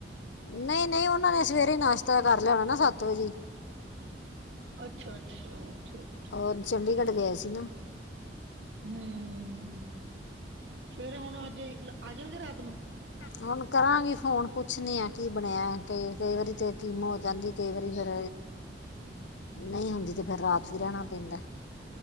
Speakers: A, on the left; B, on the right.
A: ਨਈ-ਨਈ, ਔਨਾਂ ਨੇ ਸਵੇਰੇ ਈ ਨਾਸ਼ਤਾ ਕਰ ਲਿਆ ਹੋਣਾ ਨਾ, ਸੱਤ ਵਜੇ।
B: ਅੱਛਾ-ਅੱਛਾ, ਠੀਕ।
A: ਔਰ, ਚੰਡੀਗੜ੍ਹ ਗਏ ਸੀ ਨਾ।
B: ਹੁੰ, ਫੇਰੇ ਹੁਣ ਅੱਜ, ਆ ਜਾਣਗੇ ਰਾਤ ਨੂੰ।
A: ਹੁਣ ਕਰਾਂਗੀ ਫੋਨ ਪੁੱਛਣੀ ਆ, ਕੀ ਬਣਿਆ ਕਈ-ਕਈ ਵਾਰੀ ਤੇ ਕਿਮੋ ਹੋ ਜਾਂਦੀ, ਕਈ ਵਾਰੀ ਫੇਰ ਨਈ ਹੁੰਦੀ, ਤੇ ਫੇਰ ਰਾਤ ਵੀ ਰੈਣਾ ਪੈਂਦਾ।